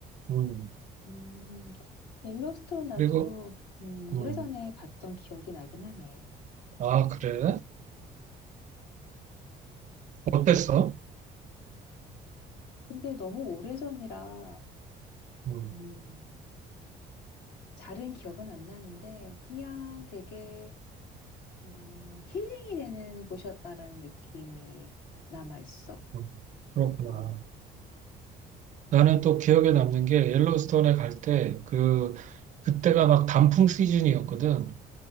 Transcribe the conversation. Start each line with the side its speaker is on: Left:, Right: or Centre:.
Right: 음.
Left: 음, 옐로스톤 나도
Right: 그리고
Left: 음, 오래전에
Right: 음.
Left: 갔던 기억이 나긴 하네.
Right: 아, 그래? 어땠어?
Left: 근데 너무 오래전이라,
Right: 음.
Left: 음, 잘은 기억은 안 나는데, 그냥 되게, 어, 힐링이 되는 곳이었다라는 느낌이 남아있어.
Right: 음. 그렇구나.
Left: 어,
Right: 나는 또 기억에 남는 게 옐로우스톤에 갈 때 그 그때가 막 단풍 시즌이었거든.